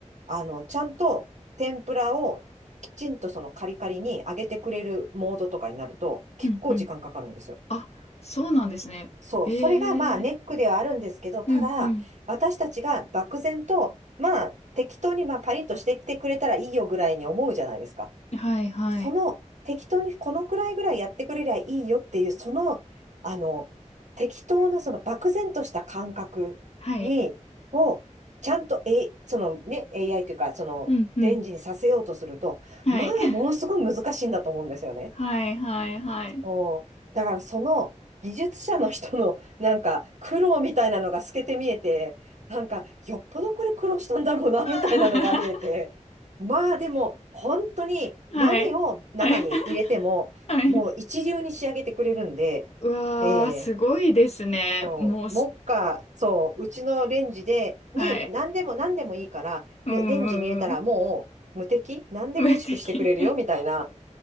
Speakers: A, on the right; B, on the left.
A: あの、ちゃんと天ぷらをきちんとそのカリカリに揚げてくれるモードとかになると結構時間かかるんですよ。
B: うん、うん。あ、そうなんですね。
A: そう、
B: ええー。
A: それがまあネックではあるんですけど、ただ私たちが漠然とまあ適当にまあパリッとしてきてくれたらいいよぐらいに思うじゃないですか。
B: うん、うん。はい、はい。
A: その適当にこのくらいぐらいやってくれりゃいいよっていう、その、あの、適当なその漠然とした感覚に、
B: はい。
A: を、ちゃんと、え、そのね、AI というか、その、
B: うん、うん。
A: 電磁にさせようとすると、
B: はい。
A: まあ、
B: <laughs>
A: ものすごい難しいんだと思うんですよね。
B: はい、はい、はい。
A: そう。だからその技術者の人のなんか苦労みたいなのが透けて見えて、なんかよっぽどこれ苦労したんだろうなみたいなのが見えて。
B: <laughs>
A: まあでも本当に何を中に入れてももう一流に仕上げてくれるんで、
B: はい。はい。<laughs> はい。うわー、
A: ええ
B: すごいですね。
A: そう、
B: もうす、
A: 目下、そう、うちのレンジで、
B: はい。
A: に何でも何でもいいから、
B: うん、
A: ね、レンジに入れたらもう無敵何でも美味しくしてくれるよみたいな。
B: うん、うん。<laughs> 無敵。